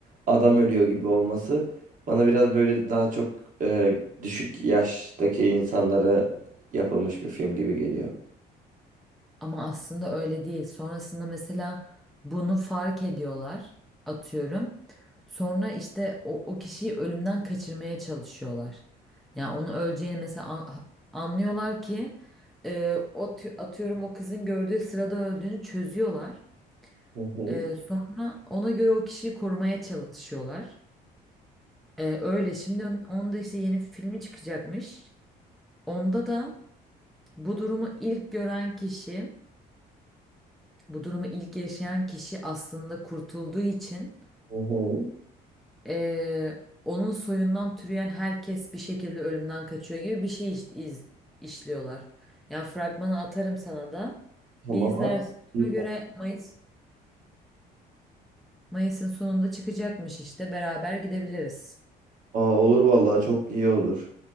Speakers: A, on the right; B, in the centre.
A: adam ölüyor gibi olması bana biraz böyle daha çok e, düşük yaştaki insanlara yapılmış bir film gibi geliyor.
B: Ama aslında öyle değil. Sonrasında mesela bunu fark ediyorlar, atıyorum. Sonra işte o, o kişiyi ölümden kaçırmaya çalışıyorlar. Yani onu öleceğini mesela an- anlıyorlar ki e, o tü- atıyorum o kızın gördüğü sırada öldüğünü çözüyorlar.
A: Hı hı.
B: E, sonra ona göre o kişiyi korumaya çalışıyorlar. E, öyle şimdi on- onun da işte yeni filmi çıkacakmış. Onda da bu durumu ilk gören kişi Bu durumu ilk yaşayan kişi aslında kurtulduğu için
A: Hı hı.
B: eee, onun soyundan türeyen herkes bir şekilde ölümden kaçıyor gibi bir şey iş- iz- işliyorlar. Yani fragmanı atarım sana da.
A: Tamam
B: Bir izlersin.
A: at. İyi
B: Ona göre Mayıs Mayıs'ın sonunda çıkacakmış işte. Beraber gidebiliriz.
A: Aa, olur vallahi çok iyi olur.